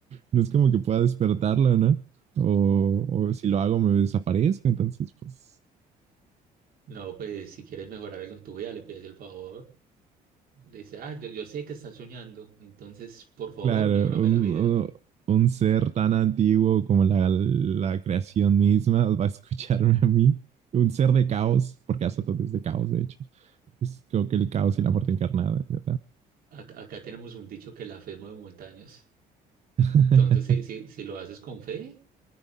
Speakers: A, on the right; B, on the right.
A: No es como que pueda despertarla, ¿no? O, o si lo hago me desaparezco, entonces, pues,
B: No, pues si quieres mejorar algo en tu vida, le pides el favor. Le dices, ah, yo, yo sé que estás soñando, entonces por favor,
A: claro,
B: mejórame
A: un,
B: la vida.
A: un- un ser tan antiguo como la, la creación misma <laughs> va a escucharme a mí. Un ser de caos, porque Azatoth es de caos, de hecho. Es creo que el caos y la muerte encarnada. ya
B: Acá, acá tenemos un dicho que la fe mueve montañas.
A: <laughs>
B: Entonces, si, si, si lo haces con fe,